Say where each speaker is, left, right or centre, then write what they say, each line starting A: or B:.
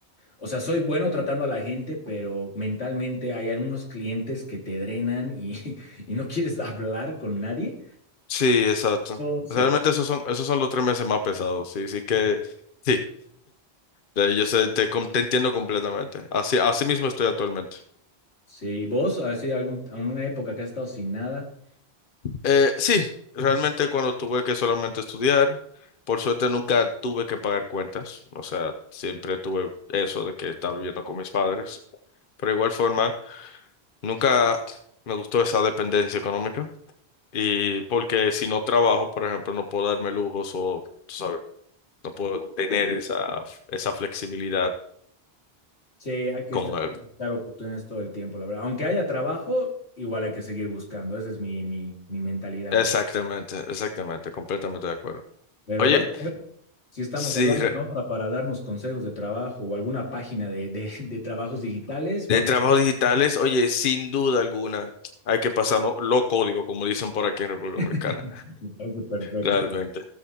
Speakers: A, on the left (about 85°); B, on the left (about 55°).
A: o sea, soy bueno tratando a la gente, pero mentalmente hay algunos clientes que te drenan y, <laughs> y no quieres hablar con nadie.
B: Sí, exacto.
A: No
B: Realmente
A: sé,
B: esos son, esos son los tres meses más pesados. Sí, sí que, sí, Eh, yo sé, te, com- te entiendo completamente. Así, así mismo estoy actualmente.
A: sí, vos, a ver si algún, alguna época que has estado sin nada.
B: Eh, sí, realmente cuando tuve que solamente estudiar, por suerte nunca tuve que pagar cuentas. O sea, siempre tuve eso de que estaba viviendo con mis padres. pero de igual forma, nunca me gustó esa dependencia económica. Y porque si no trabajo, por ejemplo, no puedo darme lujos o, tú sabes, no puedo tener esa, esa flexibilidad
A: Sí, hay que
B: con
A: estar,
B: él.
A: hay que buscar oportunidades todo el tiempo, la verdad. Aunque haya trabajo, igual hay que seguir buscando. Esa es mi, mi, mi mentalidad.
B: Exactamente, exactamente, completamente de acuerdo.
A: Pero
B: Oye,
A: bueno, si estamos
B: si
A: hablando
B: re-
A: en otra para darnos consejos de trabajo o alguna página de, de- de trabajos digitales, vamos.
B: de trabajos digitales, oye, sin duda alguna, hay que pasar, ¿no? Lo código, como dicen por aquí en República
A: <laughs>
B: Dominicana.
A: Me parece perfecto,
B: Realmente.